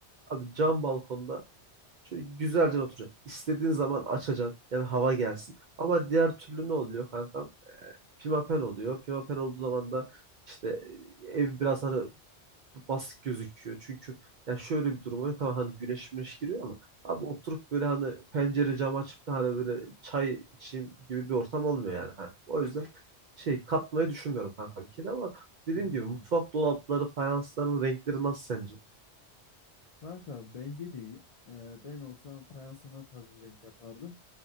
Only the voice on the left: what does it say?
Hı
hı.
Hı.
Hmm.
Kanka bence de iyi. Ee, ben olsam fayansına tarz bir renk yapardım.